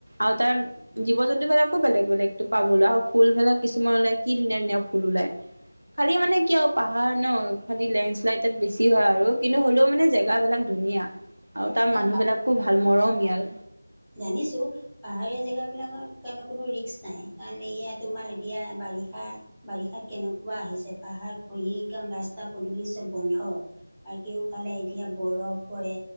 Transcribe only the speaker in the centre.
ন
জানিছোঁ। পাহাৰীয়া জেগাবিলাকৰ কাৰণে কোনো ৰিস্ক নাই কাৰণ এয়া তোমাৰ এতিয়া বাৰিষা বাৰিষাত কেনেকুৱা আহিছে পাহাৰ খহি একদম ৰাস্তা পদূলি চব বন্ধ। আৰু কেওফালে এতিয়া বৰফ পৰে।